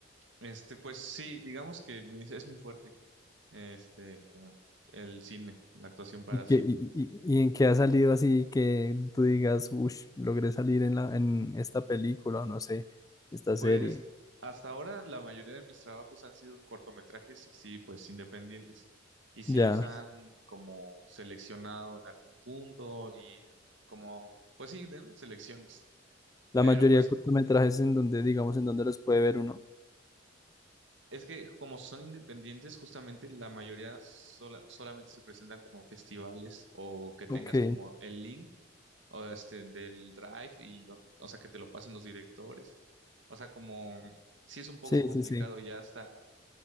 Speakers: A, on the right; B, on the left.
A: Este, pues sí, digamos que mi- es mi fuerte, este, eh, el cine, la actuación para
B: ¿Y,
A: cine.
B: que y, y- y en qué ha salido así que tú digas, uff, logré salir en la, en esta película, o no sé, esta
A: Pues
B: serie?
A: hasta ahora la mayoría de mis trabajos han sido en cortometrajes así, pues independientes. Y sí
B: Ya.
A: los han como seleccionado en algún punto y en como, pues sí, de- ¿no? selecciones.
B: La
A: Pero
B: mayoría
A: pues
B: de cortometrajes en donde, digamos, en donde los puede ver uno.
A: es que como son independientes, justamente la mayoría sola- solamente se presentan como en festivales o que tengas
B: Ok.
A: como el link o este del Drive y don- o sea que te lo pasen los directores. O sea, como sí es un poco
B: Sí,
A: complicado
B: sí, sí.
A: ya hasta